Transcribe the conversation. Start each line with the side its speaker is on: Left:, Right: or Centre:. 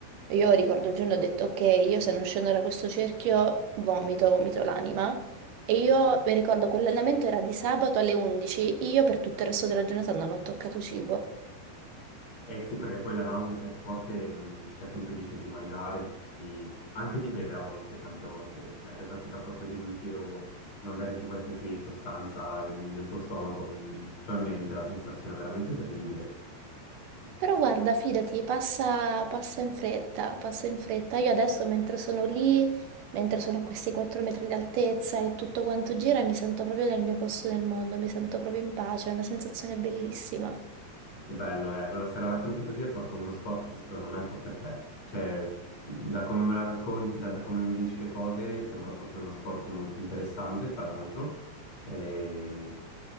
Right: Io ricordo un giorno ho detto, ok, io se non scendo da questo cerchio vomito, vomito l'anima. E io mi ricordo quell'allenamento era di sabato alle 11, io per tutto il resto della giornata non ho toccato cibo.
Left: Eh sì, perché poi la nausea se è forte non- cioè, ti impedisce di mangiare, di- anche di bere a volte, tante volte, cioè fai fatica proprio a deglutire o mandare giù qualsiasi sostanza nel, nel tuo stomaco, c'ho in mente la sensazione è veramente terribile.
Right: Però guarda, fidati, passa, passa in fretta, passa in fretta. Io adesso mentre sono lì, mentre sono a questi 4 metri di altezza e tutto quanto gira, mi sento proprio nel mio posto nel mondo, mi sento proprio in pace, è una sensazione bellissima.
Left: Che bello, eh. Allora, se la racconti così è proprio uno sport che secondo me fa per te. Cioè, da come me la racconti, da come mi dici le cose, sembra proprio uno sport molto interessante, tra l'altro. E,